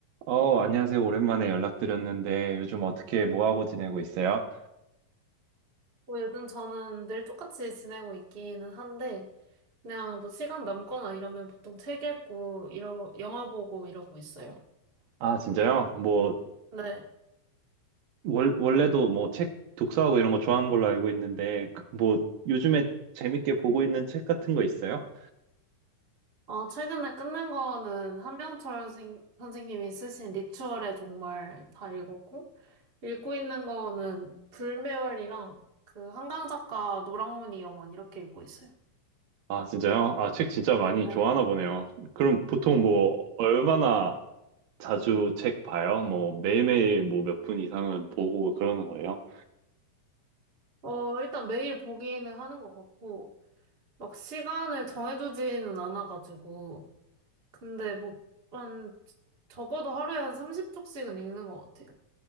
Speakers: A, on the right (about 80°); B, on the right (about 35°).
A: 어, 안녕하세요. 오랜만에 연락드렸는데 요즘 어떻게 뭐 하고 지내고 있어요?
B: 뭐 요즘 저는 늘 똑같이 지내고 있기는 한데, 그냥 뭐 시간 남거나 이러면 보통 책 읽고, 이러, 영화 보고 이러고 있어요.
A: 아, 진짜요? 뭐
B: 네.
A: 월, 원래도 뭐 책 독서하고 이런 거 좋아하는 걸로 알고 있는데 그- 뭐 요즘에 재밌게 보고 있는 책 같은 거 있어요?
B: 어, 최근에 끝낸 거는 한병철 선- 선생님이 쓰신 리추얼의 종말 다 읽었고, 읽고 있는 거는 불멸이랑 그 한강 작가 노랑무늬 영원 이렇게 읽고 있어요.
A: 아, 진짜요? 아, 책 진짜 많이
B: 네.
A: 좋아하나 보네요. 그럼 보통 뭐 얼마나 자주 책 봐요? 뭐 매일매일 뭐 몇 분 이상은 보고 그러는 거예요?
B: 어, 일단 매일 보기는 하는 것 같고, 막 시간을 정해두지는 않아가지고, 근데 뭐, 한, 적어도 하루에 한 30쪽씩은 읽는 것 같아요.